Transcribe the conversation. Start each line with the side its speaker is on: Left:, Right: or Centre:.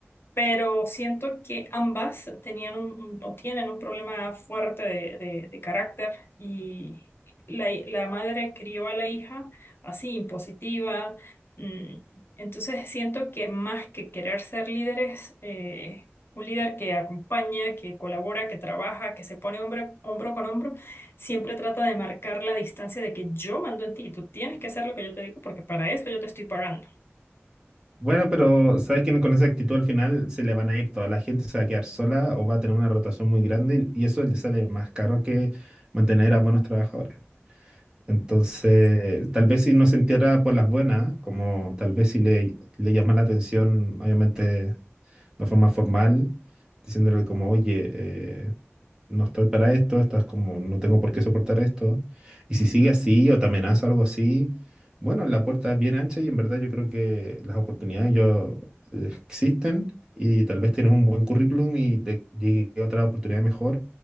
Left: pero siento que ambas tenían un, un- o tienen un problema fuerte de, de- de carácter y la, hi- la madre crió a la hija así, impositiva. mm, Entonces siento que más que querer ser líderes, eh, un líder que acompaña, que colabora, que trabaja, que se pone hombre- hombro con hombro, siempre trata de marcar la distancia de que yo mando en ti y tú tienes que hacer lo que yo te digo porque para eso yo te estoy pagando.
Right: Bueno, pero sabes que con esa actitud al final se le van a ir toda la gente, se va a quedar sola o va a tener una rotación muy grande y eso le sale más caro que mantener a buenos trabajadores. Entonces, tal vez si no se entierra por las buenas, como tal vez si le, le llama la atención, obviamente una forma formal, diciéndole como, oye, eh, no estoy para esto, estás como, no tengo por qué soportar esto. Y si sigue así o te amenaza o algo así, bueno, la puerta es bien ancha y en verdad yo creo que las oportunidades yo, eh, existen y tal vez tienes un buen currículum y te llegue otra oportunidad mejor